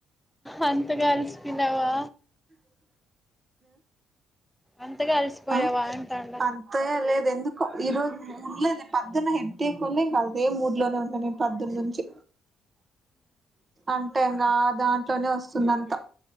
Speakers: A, in the centre; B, on the right (about 30°).
A: అంతగా అలసిపోయినావా అంతగా అలసిపోయావా
B: ఆ ఆ
A: అంటాండ
B: అంతగా లేదెందుకో ఈ రోజు లే లే పొద్దున హెడేక్ ఉంది ఇంకదే మూడ్లోనే ఉన్నా నేను పద్దునుంచి అంటే ఇంగ దాంట్లోనే వస్తుందంతా